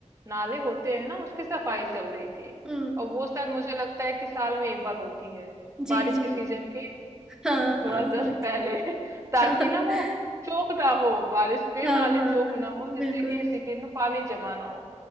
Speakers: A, on the right; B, in the centre.
A: नाले होते हैं ना उसकी सफाई चल रही थी
B: हुँ।
A: और वो शायद मुझे लगता है कि साल में एक बार होती है
B: जी,
A: बारिश
B: जी।
A: के सीजन के
B: हाँ,
A: थोड़ा
B: हाँ,
A: जस्ट
B: होती
A: पहले <laughs> ताकि
B: <laughs>
A: ना वो चोक ना हो बारिश में
B: हाँ,
A: नाले
B: हाँ,
A: चोक ना हो जिससे
B: बिल्कुल।
A: कि सिटी में पानी जमा ना हो